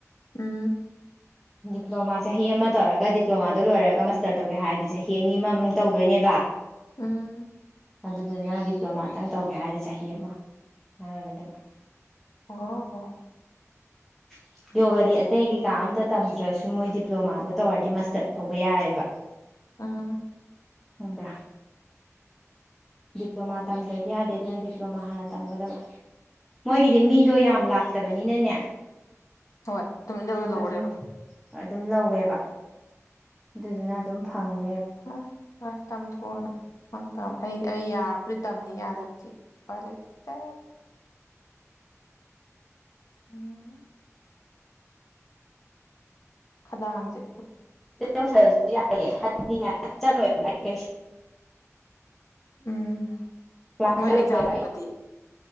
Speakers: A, on the left; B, in the centre.
A: ꯎꯝ
B: ꯗꯤꯄ꯭ꯂꯣꯃꯥ ꯆꯍꯤ ꯑꯃ ꯇꯧꯔꯒ ꯗꯤꯄ꯭ꯂꯣꯃꯥꯗꯣ ꯂꯣꯏꯔꯒ ꯃꯥꯁꯇꯔ ꯇꯧꯒꯦ ꯍꯥꯏꯔꯗꯤ ꯆꯍꯤ ꯑꯅꯤ ꯑꯃꯃꯨꯛ ꯇꯧꯗꯣꯏꯅꯦꯕ
A: ꯎꯝ
B: ꯑꯗꯨꯗꯨꯅ ꯗꯤꯄ꯭ꯂꯣꯃꯥꯇꯪ ꯇꯧꯒꯦ ꯍꯥꯏꯔꯗꯤ ꯆꯍꯤ ꯑꯃ ꯍꯥꯏꯔꯒꯗꯕ
A: ꯑꯣ
B: <inaudible> ꯌꯣꯒꯗꯤ ꯑꯇꯩ ꯀꯩꯀꯥ ꯑꯝꯇ ꯇꯝꯗ꯭ꯔꯁꯨ ꯃꯣꯏ ꯗꯤꯄ꯭ꯂꯣꯃꯥꯗꯣ ꯇꯧꯔꯗꯤ ꯃꯥꯁꯇꯔ ꯇꯧꯕ ꯌꯥꯔꯦꯕ
A: ꯎꯝ
B: ꯍꯪꯕ꯭ꯔ ꯗꯤꯄ꯭ꯂꯣꯃꯥ ꯇꯝꯗ꯭ꯔꯗꯤ ꯌꯥꯗꯦ ꯑꯗꯨꯅ ꯗꯤꯄ꯭ꯂꯣꯃꯥ ꯍꯥꯟꯅ ꯇꯝꯒꯗꯕ ꯃꯣꯏꯒꯤꯗꯤ ꯃꯤꯗꯣ ꯌꯥꯝ ꯂꯥꯛꯇꯕꯅꯤꯅꯅꯦ
A: ꯍꯣꯏ ꯇꯧꯗꯧꯔ ꯂꯧꯔꯦꯕ
B: ꯑꯗꯨꯝ ꯑꯗꯨꯝ ꯂꯧꯋꯦꯕ ꯑꯗꯨꯗꯨꯅ ꯑꯗꯨꯝ ꯐꯪꯅꯦ
A: ꯑ ꯐꯁ ꯇꯝ ꯊꯣꯅ ꯅꯪ ꯇꯝ ꯑ ꯩ ꯑꯩꯗꯤ ꯑꯩ ꯌꯥꯔꯕꯨꯗꯤ ꯇꯝꯅꯤ ꯌꯥꯗ꯭ꯔꯗꯤ ꯎꯄꯥꯢ ꯂꯩꯇꯦ ꯎꯝ ꯈꯗꯥꯡꯖꯦ
B: ꯇꯧꯁꯜꯂꯁꯨ ꯌꯥꯏꯑꯦ ꯍꯥꯏꯕꯗꯤꯅꯦ ꯆꯠꯂꯣꯏꯦꯕ ꯕꯥ ꯀꯩꯁꯨ
A: ꯎꯝ
B: ꯀ꯭ꯂꯥꯁ
A: ꯃꯣꯏ
B: ꯆꯠꯂꯣꯏꯕ
A: ꯑꯦꯛꯖꯥꯝꯒꯨꯝꯕꯗꯤ
B: ꯑꯩ